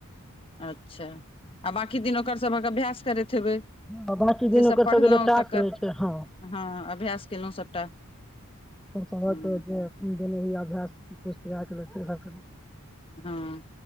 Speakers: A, on the left; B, in the centre.
A: अच्छा आ बाँाकी दिन ओकर सबक अभ्यास करैत। हेबै
B: ह बकी दिन
A: जे
B: ओकर
A: पढ़लहुँ
B: सब जे रहै
A: तकर
B: छै ह
A: हँ अभ्यास केलहुँ सभटा
B: सभ
A: हँ
B: जे अभ्यास पुछ सब
A: हँ